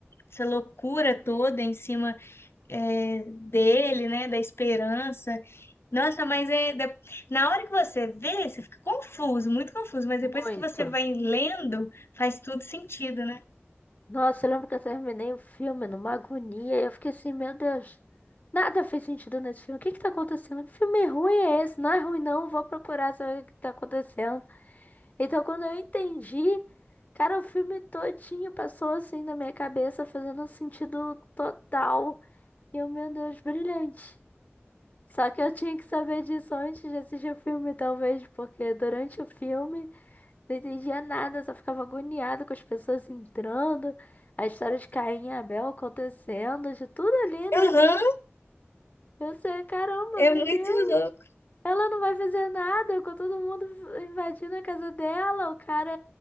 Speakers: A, on the left (about 60°); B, on the left (about 35°).
A: essa loucura toda em cima é, dele, né, da esperança. Nossa, mas é da- na hora que você vê, você fica confuso, muito confuso, mas
B: Muito.
A: depois que você vai lendo, faz tudo sentido, né?
B: Nossa, eu lembro que eu terminei o filme numa agonia. Eu fiquei assim, meu Deus, nada fez sentido nesse filme. O que que tá acontecendo? Que filme ruim é esse? Não é ruim, não. Vou procurar saber o que tá acontecendo. Então, quando eu entendi, cara, o filme todinho passou assim na minha cabeça, fazendo um sentido total. E eu, meu Deus, brilhante. Só que eu tinha que saber disso antes de assistir o filme, talvez, porque durante o filme não entendia nada, só ficava agoniado com as pessoas entrando, a história de Caim e Abel acontecendo, de tudo ali, né?
A: Uhum,
B: Eu sei, caramba,
A: é
B: meu
A: muito
B: Deus,
A: louco.
B: ela não vai fazer nada com todo mundo invadindo a casa dela, o cara